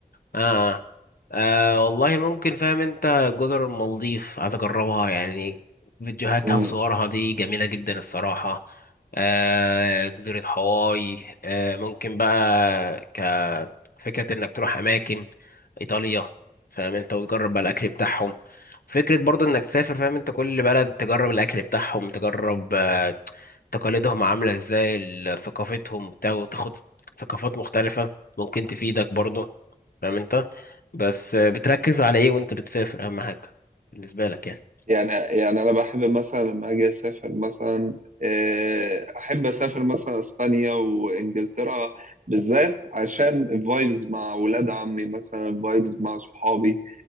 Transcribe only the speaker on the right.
امم
يعني يعني انا بحب مثلا لما اجي اسافر مثلا آه، احب اسافر مثلا اسبانيا وانجلترا بالذات عشان الفايبز مع ولاد عمي مثلا الفايبز مع صحابي